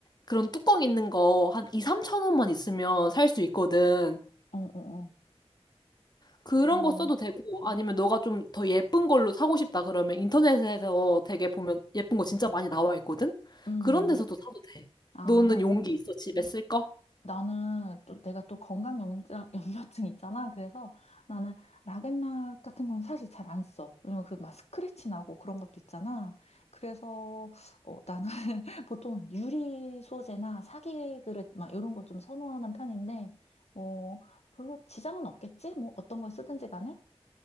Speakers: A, on the left; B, on the left.
A: 그런 뚜껑 있는 거 한 2, 3천 원만 있으면 살 수 있거든.
B: 어, 어, 어.
A: 그런
B: 그런,
A: 거 써도 되고 아니면 너가 좀 더 예쁜 걸로 사고 싶다 그러면 인터넷에서 되게 보면 예쁜 거 진짜 많이 나와 있거든.
B: 음.
A: 그런 데서도 사도 돼.
B: 아.
A: 너는 용기 있어? 집에 쓸 거?
B: 나는 또 내가 또 건강 염증, <laughs> 염려증 있잖아. 그래서 나는 락앤락 같은 건 사실 잘 안 써. 왜냐면 그 막 스크래치 나고 그런 것도 있잖아. 그래서 어, 나는 <laughs> 보통 유리 소재나 사기 그릇 막 이런 걸 좀 선호하는 편인데 뭐 별로 지장은 없겠지? 뭐 어떤 걸 쓰든지 간에.